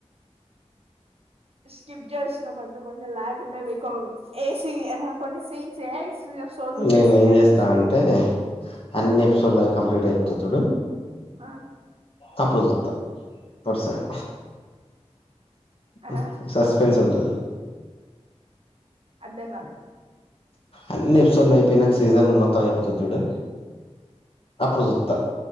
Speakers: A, on the right; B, on the left.
A: స్కిప్ చేస్తున్నా కొంచెం కొంచెం లగ్ ఉన్నావి కో ఏసీ హే కొన్ని సీన్స్. సోదుంటాయి
B: నేను
A: సీన్
B: ఏం
A: అనిపించినవి
B: చేస్తా అంటే అన్ని
A: ఆ
B: ఎపిసోడ్లవి కంప్లీట్ అయిపోతది చూడు.
A: ఆ.
B: అప్పుడు చూస్తా వరుసగా.
A: ఆహా
B: ఉం సస్పెన్స్ ఉంటది.
A: అర్థం కాలే.
B: అన్ని ఎపిసోడ్లు అయిపోయినాక సీజన్ మొత్తం అయిపోతది చూడు. అప్పుదుంత